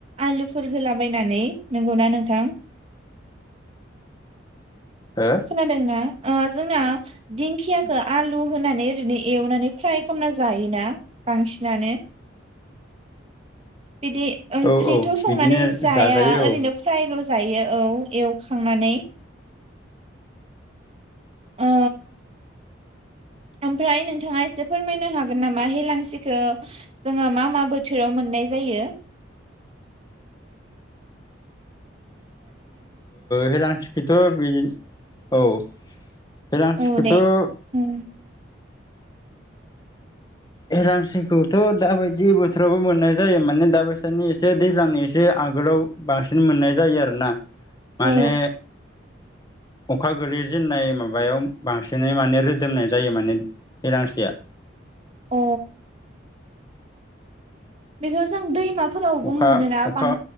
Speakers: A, on the right (about 30°); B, on the left (about 20°).
A: आलुफोर होलाबायनानै नंगौना नोंथां?
B: हो
A: खोनादोंना। जोंना दिंखियाखौ आलु होनानै ओरैनो एवनानै फ्राय खालामना जायोना? बांसिनानो बिदि ओंख्रिथ'
B: औ औ
A: संनानै
B: बिदिनो
A: जाया
B: जाजायो औ
A: ओरैनो फ्रायल' जायो औ एवखांनानै ओ ओमफ्राय नोंथाङा एसे फोरमायनो हागोन नामा हेेलांसिखौ जोङो मा मा बोथोराव मोननाय जायो? यो
B: हेलांसिखौथ' बिदिनो औ हेलांसिखौथ'
A: औ दे उम
B: हेलांसेखौथ' दाबायदि बोथोरावबो मोननाय जायो माने दाबायसानि एसे दैज्लांनि एसे एसे आगोलाव बांसिन मोननाय जायो आरोना माने
A: औ
B: अखा गोलै जेननाय माबायाव बांसिनै माने रोदोमनाय जायो माने। हेलांसिया
A: अ बेखौ जों दैमाफोरावबो
B: अखा
A: मोनोना
B: अखा
A: बां